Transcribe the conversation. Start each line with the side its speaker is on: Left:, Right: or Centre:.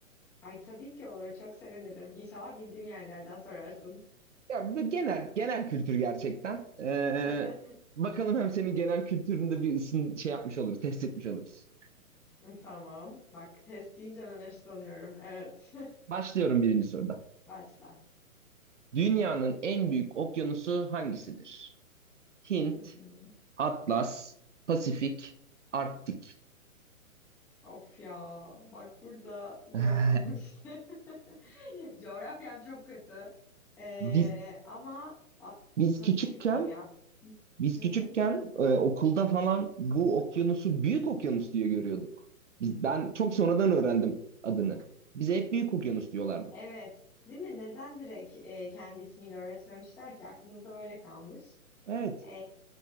Centre: Ay tabii ki olur. Çok sevinirim. İnşallah bildiğim yerlerden sorarsın.
Right: Ya bu genel genel kültür gerçekten. Eee,
Centre: <laughs>
Right: bakalım hem senin genel kültüründe bir ısın şey yapmış oluruz, test etmiş oluruz.
Centre: Tamam. Bak test deyince ben hırslanıyorum. Evet.
Right: Başlıyorum birinci soruda.
Centre: <laughs> Başla.
Right: Dünyanın en büyük okyanusu hangisidir? Hint,
Centre: Hı hı.
Right: Atlas, Pasifik, Arktik.
Centre: Of ya. Bak burada zorladım
Right: <laughs>
Centre: işte. <laughs> Coğrafyam çok kötü. Ee,
Right: Biz
Centre: ama At-
Right: biz
Centre: Pasifik
Right: küçükken
Centre: diyeyim ya.
Right: biz
Centre: Hı
Right: küçükken
Centre: hı.
Right: e, okulda falan bu okyanusu büyük okyanus diye görüyorduk. Biz, ben çok sonradan öğrendim adını. Bize hep büyük okyanus diyorlardı.
Centre: Evet. Değil mi? Neden direkt e, kendi ismiyle öğretmemişler ki? Aklımızda öyle kalmış.
Right: Evet.
Centre: Ee,